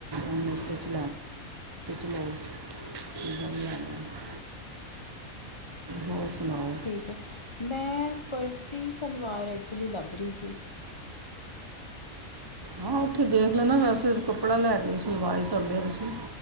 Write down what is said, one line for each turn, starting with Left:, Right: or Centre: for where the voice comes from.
Right: ਅਨ ਸਟਿਚ ਲਓ <unintelligible> ਹੋਰ ਸੁਣਾਓ?
Left: ਠੀਕ ਐ ਮੈਂ ਫਰਸੀ ਸਲਵਾਰ ਐਕਚੁਲੀ ਲੱਭ ਰਹੀ ਸੀ।
Right: ਹਾਂ, ਉੱਥੇ ਦੇਖ ਲੈਣਾ ਵੈਸੇ ਕੱਪੜਾ ਲੈ ਕੇ ਸਲਵਾਰ ਹੀ ਸਕਦੇ ਤੁਸੀਂ।